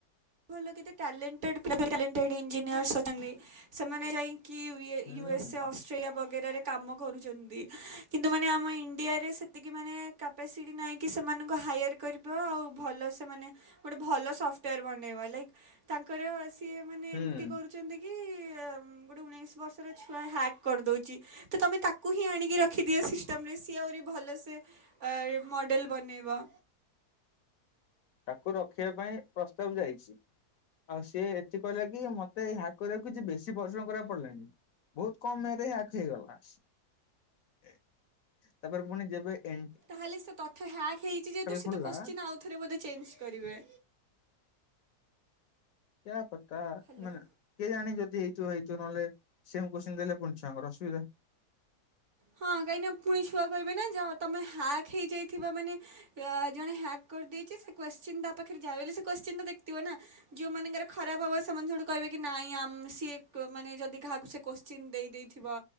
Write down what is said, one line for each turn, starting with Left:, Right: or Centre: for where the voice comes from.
Right: ଭଲ କେତେ ଟ୍ୟାଲେଣ୍ଟେଡ ପିଲା ଟ୍ୟାଲେଣ୍ଟେଡ ଇଞ୍ଜିନିୟର୍ସ ଅଛନ୍ତି ସେମାନେ ଯାଇ କି ୟୁଏ
Left: ହୁଁ
Right: ୟୁଏସ ଅସ ଅଷ୍ଟ୍ରେୟା ବଗେରାରେ କାମ କରୁଛନ୍ତି କିନ୍ତୁ ମାନେ ଆମ ଇଣ୍ଡିଆରେ ସେତିକି ମାନେ କପାସିଟି ନାଇଁକି ସେମାନଙ୍କୁ ହାୟାର କରିବା ଆଉ ଭଲ ସେମାନେ ଗୋଟେ ଭଲ ସଫ୍ଟାର ବନେଇବା ଲେଗ ତାଙ୍କର ସିଏ ମାନେ
Left: ହୁଁ।
Right: ଏମିତି କରୁ ଛନ୍ତି କି ଗୋଟେ ଉଣେଇଶି ବର୍ଷର ଛୁଆ ହ୍ୟାକ୍ କରିଦଉଛି। ତ ତମେ ତାକୁ ହିଁ ଆଣିକି ରଖିଦିଅ ସିଷ୍ଟମ ରେ ସିଏ ଆହୁରି ଭଲସେ ଆ ଏ ମଡ଼େଲ ବନେଇବ।
Left: ତାକୁ ରଖିବା ପାଇଁ ପ୍ରସ୍ତାବ ଯାଇଛି। ଆଉ ସିଏ ଏତେ କହିଲା କି ମତେ ହ୍ୟାକ୍ କରିବାକୁ କିଛି ବେଶୀ ପରିଶ୍ରମ କରିବାକୁ ପଡିଲାନି। ବହୁତ କମ ୟେରେ ହ୍ୟାକ ହେଇଗଲା। ଏ ତାପରେ ପୁଣି ଯେବେ ଏ
Right: ତାହେଲେ ସେ ତଥ୍ୟ ହ୍ୟାକ୍ ହେଇଛି ଯେହେତୁ ସେ
Left: ଖୋଲିଲା
Right: ତ କୋଶ୍ଚିନ ଆଉଥରେ ବୋଧେ ଚେଞ୍ଜ କରିବେ।
Left: କ୍ୟା ପତା
Right: ହ୍ୟାଲୋ
Left: ମାନେ କେଜାଣି ଯଦି ହେଇଥିବ ହେଇଥିବ ନହେଲେ ସେ ଆମକୁ କୋଶ୍ଚିନ ଦେଲେ ପୁଣି ଛୁଆଙ୍କର ଅସୁବିଧା।
Right: ହଁ କାହିଁକିନା ପୁଣି ଛୁଆ କହିବେ ନା ଯାହା ତମେ ହ୍ୟାକ୍ ହେଇଯାଇଥିବା ମାନେ ୟା ଜଣେ ହ୍ୟାକ୍ କରିଦେଇଛି ସେ କୋଶ୍ଚିନ୍ ତା ପାଖରେ ଯାହାବିଲେ ସେ କୋଶ୍ଚିନ ତ ଦେଖିଥିବ ନା? ଯଉ ମାନଙ୍କର ଖରାପ ହବ ସେମାନେ ସଠୁ କହିବେ କି ନାଇଁ ଆମ ସିଏ କ ମାନେ ଯଦି କାହାକୁ ସେ କୋଶ ଶ୍ଚିନ ଦେଇଥିବ